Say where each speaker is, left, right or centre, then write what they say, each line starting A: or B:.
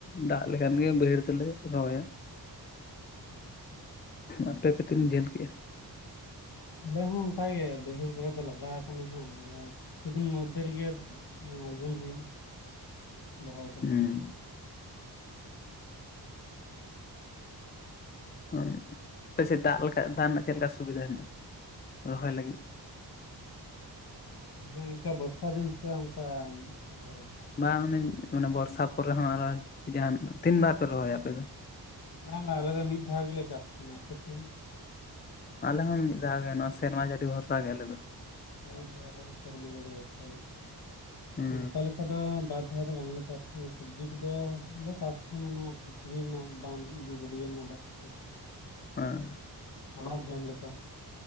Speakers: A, on the left (about 25°); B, on the left (about 65°).
A: ᱫᱟᱜ ᱞᱮᱠᱷᱟᱱ ᱜᱮ ᱵᱟᱹᱭᱦᱟᱹᱲ ᱫᱚᱞᱮ ᱨᱚᱦᱚᱭᱟ ᱾
B: ᱦᱮᱸ ᱛᱚ ᱾
A: ᱟᱯᱮ ᱯᱮ‌ ᱛᱤᱱ ᱡᱷᱟᱹᱞ ᱠᱮᱜ-ᱟ?
B: ᱟᱞᱮ ᱦᱚᱸ ᱚᱝᱠᱟ ᱜᱮ ᱵᱟᱹᱭᱦᱟᱹᱲ ᱠᱚᱨᱮ ᱫᱚ ᱞᱟᱜᱟᱣ ᱠᱟᱱᱟ ᱦᱟᱸᱜ ᱟᱫᱚ ᱠᱤᱪᱷᱩ ᱫᱤᱱ ᱢᱩᱫᱽᱫᱷᱮ ᱨᱮᱜᱮᱼᱼ ᱮᱸᱻᱟᱬᱜᱩᱱ ᱦᱩᱭᱩᱜ-ᱟ ᱨᱚᱦᱚᱭ ᱠᱟᱢᱤ᱾
A: ᱦᱩᱸ ᱚᱸᱻ ᱟᱯᱮ ᱥᱮᱜ ᱫᱟᱜ ᱞᱮᱠᱟ ᱫᱟᱜ ᱨᱮᱱᱟᱜ ᱪᱮᱜ ᱞᱮᱠᱟ ᱥᱩᱵᱤᱫᱟ ᱦᱮᱱᱟᱜ-ᱟ ᱨᱚᱦᱚᱭ ᱞᱟᱹᱜᱤᱫᱼᱼ
B: ᱢᱟᱱᱮ ᱱᱤᱝᱠᱟ ᱵᱚᱨᱥᱟ ᱫᱤᱱ ᱥᱮ ᱚᱝᱠᱟ ᱫᱷᱚᱨᱚᱱᱼᱼ
A: ᱵᱟᱝ ᱚᱱᱮ ᱢᱟᱱᱮ ᱵᱚᱨᱥᱟ ᱯᱚᱨᱮ ᱦᱚᱸ ᱟᱨᱚ ᱡᱟᱦᱟᱸᱱ ᱛᱤᱱ ᱵᱟᱨ ᱯᱮ ᱨᱚᱦᱚᱭᱟ ᱟᱯᱮ ᱫᱚ?
B: ᱵᱟᱝ ᱵᱟᱝ ᱟᱞᱮ ᱫᱚ ᱢᱤᱫ ᱫᱷᱟᱣ ᱜᱮᱞᱮ ᱪᱟᱥ ᱛᱷᱮᱸᱱᱟ ᱟᱯᱮ ᱥᱮᱱ?
A: ᱟᱞᱮ ᱦᱚᱸ ᱢᱤᱫ ᱫᱷᱟᱣ ᱜᱮ ᱱᱚᱶᱟ ᱥᱮᱨᱢᱟ ᱡᱟᱲᱤ ᱵᱷᱚᱨᱥᱟ ᱜᱮ ᱟᱞᱮ ᱫᱚ᱾
B: ᱦᱳᱭ ᱦᱳᱭ ᱟᱞᱮ ᱦᱚᱸ ᱥᱮᱨᱢᱟ ᱡᱟᱹᱲᱤ ᱵᱚᱨᱥᱟ ᱜᱮ,
A: ᱦᱩᱸ
B: ᱚᱱᱠᱟ ᱞᱮᱠᱟ ᱫᱚ ᱵᱟᱫᱽᱼᱼ ᱚᱞᱮ ᱫᱚ ᱵᱟᱝ ᱞᱮ ᱪᱟᱥ ᱜᱮᱭᱟ ᱥᱟᱹᱵᱽᱡᱤ ᱠᱩᱫᱚ ᱞᱮ ᱪᱟᱥ ᱛᱮᱦᱮᱱᱟ ᱚᱱᱟ ᱯᱩᱠᱷᱨᱤ ᱨᱮᱱᱟᱜ ᱵᱟᱸᱫᱽ ᱤᱭᱟᱹ ᱜᱟᱹᱰᱭᱟᱹ ᱨᱮᱱᱟᱜ ᱫᱟᱜ ᱛᱮ᱾
A: ᱦᱮᱸ
B: ᱚᱱᱟ ᱦᱚᱸ ᱡᱚᱢ ᱞᱮᱜᱮ ᱡᱟᱢ‌ ᱞᱮᱠᱟ‌᱾